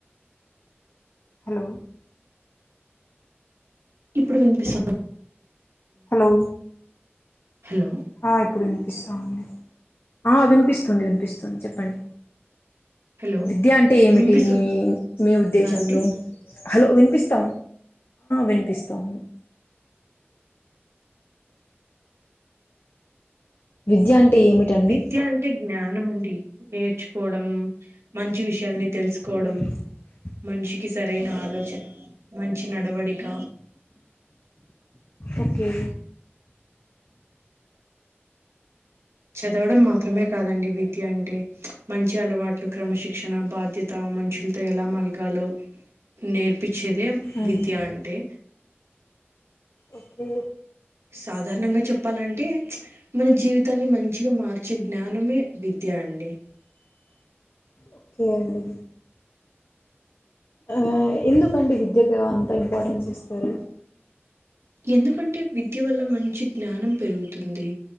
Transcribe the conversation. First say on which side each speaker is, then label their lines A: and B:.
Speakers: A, on the left; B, on the right.
A: హలో
B: ఇప్పుడు వినిపిస్త
A: హలో
B: హలో
A: ఆ ఇప్పుడు వినిపిస్తాంది ఆ వినిపిస్తుంది వినిపిస్తుంది చెప్పండి
B: హలో
A: విద్య అంటే ఏమిటి
B: వినిపిస్తుందా
A: మీ మీ ఉద్దేశంలో
B: అండి
A: హలో వినిపిస్తా వినిపిస్తాదింది విద్యా అంటే ఏమిటండి
B: విద్య అంటే జ్ఞానం అండి నేర్చుకోవడం మంచి విషయాలని తెలుసుకోవడం
A: ఉ
B: మనిషికి సరైన ఆలోచన మంచి నడవడిక
A: ఓకే
B: చదవడం మాత్రమే కాదండి విద్య అంటే మంచి అలవాట్లు క్రమశిక్షణ బాధ్యత మనుషులతో ఎలా మలగాలో నేర్పి చ్చేదే
A: ఉమ్
B: విద్య అంటే
A: ఓకే
B: సాధారణంగా చెప్పాలంటే మన జీవితాన్ని మంచిగా మార్చే జ్ఞానమే విద్య అండి అండి
A: ఓకే అండి ఆ ఎందుకండి విద్యకు అంత ఇంపార్టెన్స్ ఇస్తారు
B: ఎందుకంటే విద్య వల్ల మంచి జ్ఞానం పెరుగుతుంది